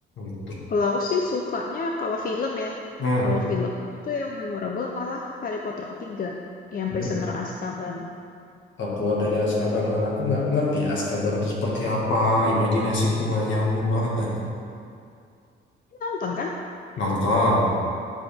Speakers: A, on the left (about 70°); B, on the left (about 45°).
A: itu.
B: Kalau aku sih sukanya kalau film ya.
A: Nah,
B: Kalau film aku tuh yang memorable malah Harry Potter ketiga. Yang
A: ada
B: Prisoner Azkaban.
A: eh, keluar dari Azkaban malah aku nggak ngerti Azkaban itu seperti apa. Imajinasiku nggak nyambung banget dah.
B: Nonton kan?
A: Nonton.